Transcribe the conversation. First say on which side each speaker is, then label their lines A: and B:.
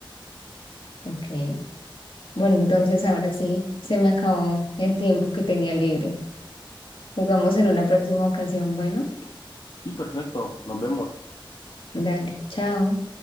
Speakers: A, on the left; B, on the left.
A: ok. Bueno, entonces ahora sí, se me acabó el tiempo que tenía libre. Jugamos en una próxima ocasión, bueno,
B: Sí, perfecto, nos vemos.
A: dale, chao.